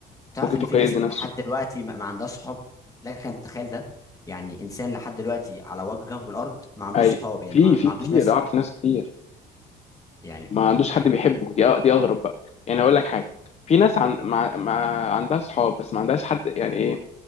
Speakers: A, on the left (about 20°); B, on the left (about 40°).
A: تعرف
B: ممكن يفكر
A: ان في ناس
B: يأذي نفسه
A: لحد دلوقتي ما ما عندهاش صحاب لك ان تتخيل ده يعني انسان لحد دلوقتي على وجه كوكب الارض ما عندوش
B: ايوه
A: صحاب يعني
B: في
A: ما
B: في
A: ما عندوش
B: كتير
A: ناس
B: اعرف ناس كتير
A: يعني
B: ما عندوش
A: يعني
B: حد بيحبه دي أ- دي اغرب بقى يعني هقول لك حاجة في ناس عن... مع... مع... عندها صحاب بس ما عندهاش حد يعني ايه